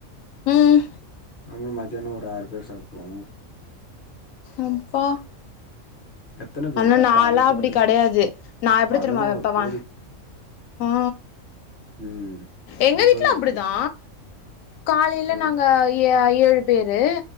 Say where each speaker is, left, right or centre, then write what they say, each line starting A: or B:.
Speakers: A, on the left (about 75°); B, on the left (about 45°).
A: ம்
B: அன்னைக்கு மத்தியான ஒரு ஆறு பேர் சாப்ட்ருவோ
A: ம் ப்பா
B: எத்தன பேரு
A: ஆனா
B: கரெக்டா
A: நால்லா
B: அஞ்சாறு
A: அப்டி கடையாது நா எப்டி
B: பதினோரு
A: தெரியுமா வப்ப வா
B: பேரு
A: ஆ
B: ம்
A: எங்க
B: அப்ப
A: வீட்டு்ல
B: எப்டி
A: அப்டிதா காலையில
B: ம்
A: நாங்க ஏ ஏழு பேரு